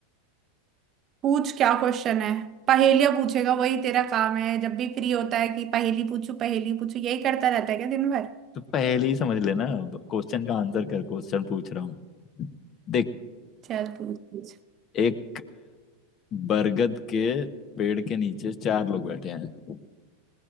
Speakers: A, on the right (about 35°); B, on the left (about 35°).
A: पूछ क्या क्वेश्चन है पहेलियाँ पूछेगा वही तेरा काम है जब भी फ्री होता है कि पहेली पूछू पहेली पूछू यही करता रहता है क्या दिन भर
B: तो पहले ही समझ लेना क्वेश्चन का आंसर कर क्वेश्चन पूछ रहा हूँ देख
A: चल पूछ पूछ
B: एक बरगद के पेड़ के नीचे चार लोग बैठे हैं